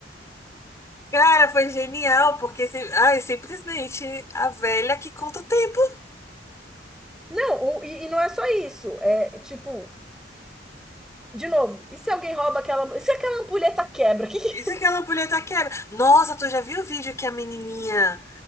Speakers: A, on the left; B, in the centre.
A: Cara, foi genial, porque se- ai, simplesmente a velha que conta o tempo.
B: Não, o- e, e não é só isso. É tipo, de novo, e se alguém rouba aquela, e se aquela ampulheta quebra? <laughs>
A: Isso é aquela ampulheta quebra. Nossa, tu já viu o vídeo que a menininha.